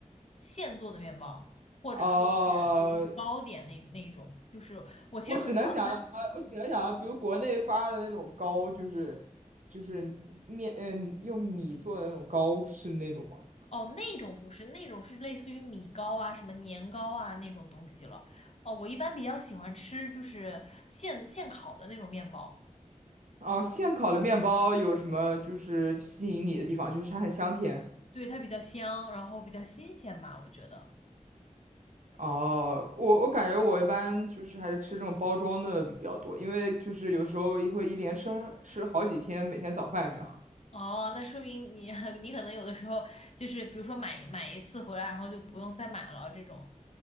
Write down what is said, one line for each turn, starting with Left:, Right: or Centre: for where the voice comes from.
Left: 现做的面包，或者说是对，
Right: 哦，
Left: 就是糕点那那种，就是我其实很少单，
Right: 我只能想到，
Left: 嗯
Right: 我只能想到，比如国内发的那种糕，就是就是面，嗯，用米做的那种糕，是那种吗？
Left: 哦，那种不是，那种是类似于米糕啊、什么年糕啊那种东西了。哦，我一般比较喜欢吃就是现现烤的那种面包，
Right: 哦，现烤的面包有什么就是吸引你的地方？就是它很香甜。
Left: 对，它比较香，然后比较新鲜吧，我觉得。
Right: 哦，我我感觉我一般就是还是吃这种包装的比较多，因为就是有时候会一连吃吃好几天，每天早饭这样。
Left: 哦，那说明你 <laughs> 你可能有的时候就是比如说买买一次回来，然后就不用再买了，这种